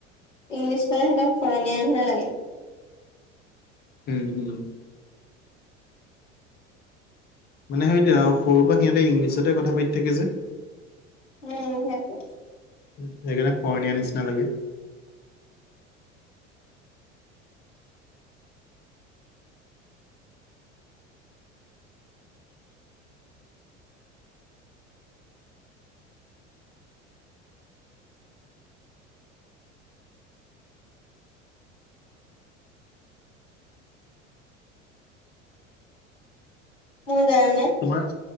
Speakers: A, on the left; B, on the left.
A: ইংলিছ ক'লে সিহঁতক ফৰণীয়না নিচিনা লাগে।
B: উম, উম। মানে সেইটো আও সৰুৰ পৰা সিহঁতে ইংলিছতে কথা পাতি থাকে যে।
A: উম সেইটোৱে।
B: সেইকাৰণে ফৰণীয়াৰ নিচিনা লাগে।
A: মোৰ জানে।
B: তোমাৰ